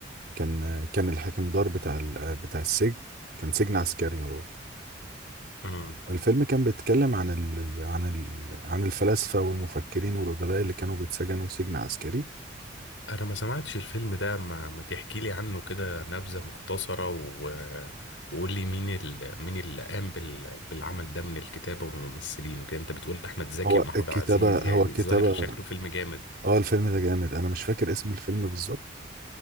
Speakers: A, on the right; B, on the left.
A: كان آه، كان الحكمدار بتاع ال- آه، بتاع السجن كان سجن عسكري هو
B: مم.
A: الفيلم كان بيتكلم عن ال... عن ال... عن الفلاسفة والمفكرين والأدباء اللي كانوا بيتسجنوا سجن عسكري
B: انا ما سمعتش الفيلم ده ما, ما تحكي لي عنه كده نبذة مختصرة و... وقول لي مين ال... مين اللي قام بال... بالعمل ده من الكتابة والممثلين وكده انت بتقول احمد زكي
A: هو
B: ومحمود
A: الكتابة
B: عبد العزيز يعني
A: هو الكتابة
B: الظاهر شكله فيلم جامد
A: اه الفيلم ده جامد أنا مش فاكر اسم الفيلم بالظبط